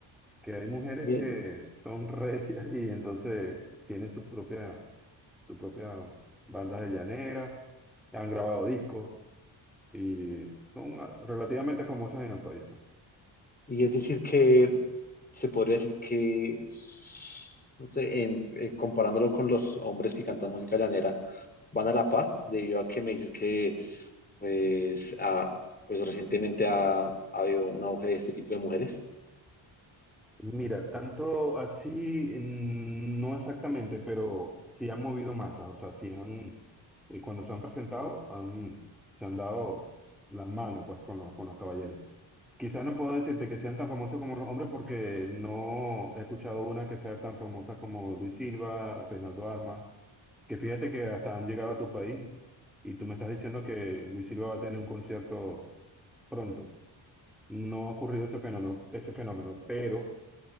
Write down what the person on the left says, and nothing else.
Bien.
Y es decir que se podría decir que, s- no sé, en, en comparándolo con los hombres que cantan música llanera, van a la par, debido a que me dices que pues, ah, pues recientemente ha, ha habido un auge de este tipo de mujeres.